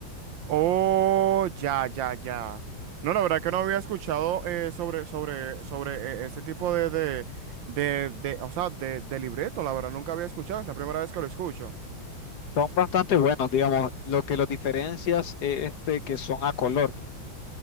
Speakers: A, on the right; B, on the left.
A: Oh, ya, ya, ya. No, la verdad que no había escuchado eh, sobre, sobre, sobre eh, este tipo de, de, de, de, o sea, de, de libreto, la verdad, nunca había escuchado, es la primera vez que lo escucho.
B: Son bastante buenos, digamos. Lo que los diferencias es este, que son a color.